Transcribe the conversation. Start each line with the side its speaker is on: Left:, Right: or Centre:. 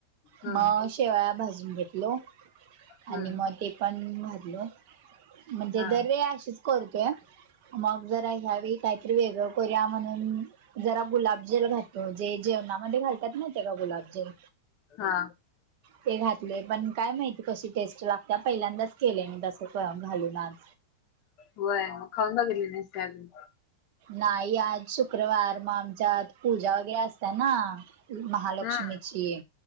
Left: हम्म
Right: मग शेवळा भाजून घेतलो
Left: हम्म
Right: आणि मग ते पण भरलो म्हणजे
Left: हा
Right: दरवेळा अशीच करते मग जर अश्यावेळी काहीतरी वेगळं करूया म्हणून जरा गुलाबजेल घाततो जे जेवणामध्ये घालतात ना ते गुलाबजेल
Left: हा
Right: ते घातले पण काय माहिती कशी टेस्ट लागते पहिल्यांदाच केले मी तस घालून आज
Left: होय मग खाऊन बघेली नसते अजून
Right: नाही आज शुक्रवार मग आमच्या आत पूजा वगैरे असत ना महालक्ष्मीची
Left: हम्म